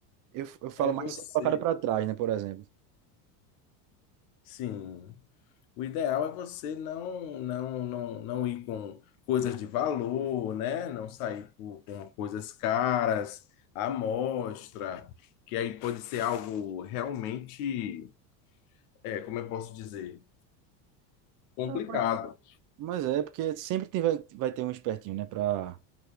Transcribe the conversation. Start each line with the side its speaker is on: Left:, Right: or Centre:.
Right: Eu, eu falo
Left: é
Right: mais
Left: você.
Right: sempre colocado para trás, né, por exemplo.
Left: Sim. O ideal é você não, não, não, não ir com coisas de valor, né? Não sair com, com coisas caras, à mostra, que aí pode ser algo realmente, é, como eu posso dizer, complicado.
Right: Ah, Mas mas é, porque sempre tem, vai, vai ter um espertinho, né, pra,